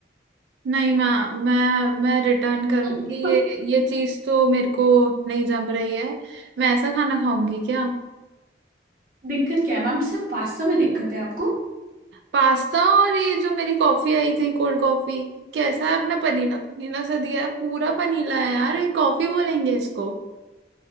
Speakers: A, on the right; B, on the right.
A: नहीं मैं मैं मैं रिटर्न करूंगी
B: दिक्कत
A: ये ये चीज़ तो मेरे को नहीं जम रही है मैं ऐसा खाना खाऊंगी क्या
B: क्या है मैम सिर्फ पास्ता में दिक्कत है आपको
A: पास्ता और ये जो मेरी कॉफी आई थी कोल्ड कॉफी कैसा है अपना पनीला पनीला सा दिया है पूरा पनीला है यार ये कॉफी बोलेंगे इसको